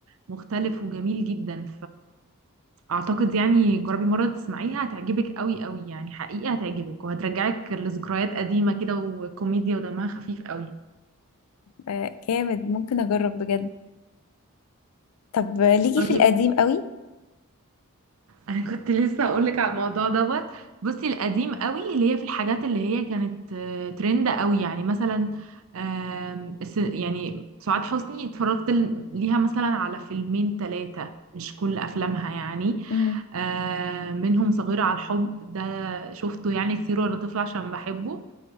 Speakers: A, on the right; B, on the left.
A: مختلف وجميل جدا فاعتقد يعني جربي مره تسمعيها هتعجبك قوي قوي يعني حقيقه هتعجبك وهترجعك لذكريات قديمه كده وكوميديا ودمها خفيف قوي
B: آه جامد ممكن اجرب بجد طب آه، ليكي
A: طيب
B: في القديم قوي
A: انا كنت لسه اقولك على الموضوع دوت بصي القديم قوي اللي هي في الحاجات اللي هي كانت آه، ترند قوي يعني مثلا آم، الس- يعني سعاد حسني اتفرجت ل- ليها مثلا على فيلمين ثلاثة مش كل افلامها يعني
B: امم
A: آه، منهم صغيرة على الحب ده شفته يعني كتير وانا طفلة عشان بحبه